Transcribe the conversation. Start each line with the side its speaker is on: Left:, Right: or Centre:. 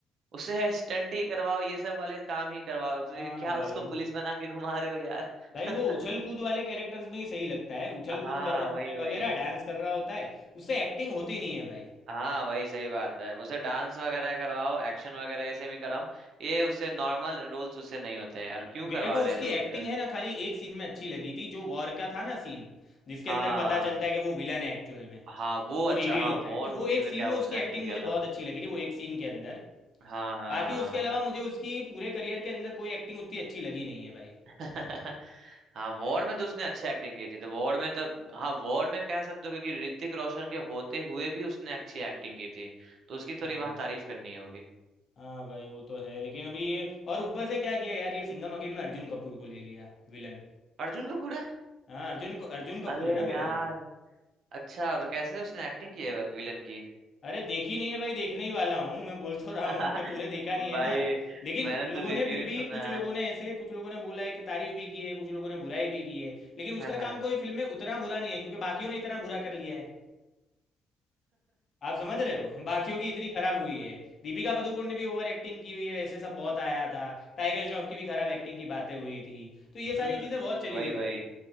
Right: उसे स्टंट ही करवाओ ये सब वाले काम ही करवाओ फिर
Left: हाँ
Right: क्या
Left: भाई
Right: उसको
Left: वो
Right: पुलिस बना के घुमा रहे हो यार
Left: भाई वो उछल कूद
Right: <laughs>
Left: वाले कैरेक्टर्स में ही सही लगता है उछल
Right: हाँ
Left: कूद कर रहा
Right: वही
Left: होता है
Right: वही
Left: वगैरह डांस कर रहा होता है उससे एक्टिंग होती नहीं है भाई
Right: हाँ वही सही बात है उसे डांस वगैरह करवाओ एक्शन वगैरह ये से भी कराओ ये उससे नॉर्मल रोल्स उससे नहीं होते हैं यार क्यों
Left: मेरे
Right: करवा
Left: को
Right: रहे
Left: उसकी
Right: हैं लोग
Left: एक्टिंग
Right: उसे
Left: है ना खाली एक सीन में अच्छी लगी थी जो वॉर का था ना सीन जिसके
Right: हाँ
Left: अंदर पता चलता है कि वो विलन है एक्चुअल में
Right: हाँ वो
Left: वो
Right: अच्छा
Left: रिवील
Right: हाँ
Left: होता
Right: वॉर
Left: है तो
Right: मूवी
Left: वो एक
Right: में
Left: सीन
Right: क्या उसने
Left: में उसकी
Right: एक्टिंग
Left: एक्टिंग
Right: किया
Left: मुझे
Right: था
Left: बहुत अच्छी लगी थी वो एक सीन के अंदर
Right: हाँ हाँ
Left: बाकी उसके अलावा मुझे उसकी पूरे करियर के अंदर कोई एक्टिंग उतनी अच्छी लगी नहीं है भाई
Right: हाँ <laughs> हाँ वॉर में तो उसने अच्छी एक्टिंग की थी तो वॉर में तो हाँ वॉर में कह सकते हो क्योंकि ऋतिक रोशन के होते हुए भी उसने अच्छी एक्टिंग की थी तो उसकी थोड़ी
Left: हाँ
Right: वहां तारीफ करनी होगी
Left: हाँ भाई वो तो है लेकिन अभी ये और ऊपर से क्या किया यार ये सिंघम अगेन में अर्जुन कपूर को ले लिया विलन
Right: अर्जुन कपूर है
Left: हाँ अर्जुन को अर्जुन कपूर
Right: अरे
Left: है ना
Right: यार
Left: विलन
Right: अच्छा तो कैसे उसने एक्टिंग की है विलन की
Left: अरे देखी नहीं है भाई देखने ही वाला हूँ मैं बोल तो रहा
Right: <laughs>
Left: हूँ कि पूरे देखा
Right: भाई
Left: नहीं है ना लेकिन
Right: मैंने
Left: लोगों
Right: तो रिव्यू
Left: ने फिर भी
Right: सुना
Left: कुछ लोगों ने ऐसे कुछ लोगों ने बोला है कि तारीफ भी की है कुछ लोगों ने बुराई भी की है लेकिन उसका
Right: है
Left: काम
Right: <laughs>
Left: कोई फिल्म में उतना बुरा नहीं है क्योंकि बाकियों ने इतना बुरा कर लिया है आप समझ रहे हो बाकियों की इतनी खराब हुई है दीपिका पादुकोण ने भी ओवर एक्टिंग की हुई है वैसे सब बहुत आया था टाइगर श्रॉफ की भी खराब एक्टिंग की बातें हुई थी तो
Right: हम्म
Left: ये सारी चीज़ें बहुत
Right: हम्म
Left: चली
Right: वही
Left: थी
Right: वही
Left: भाई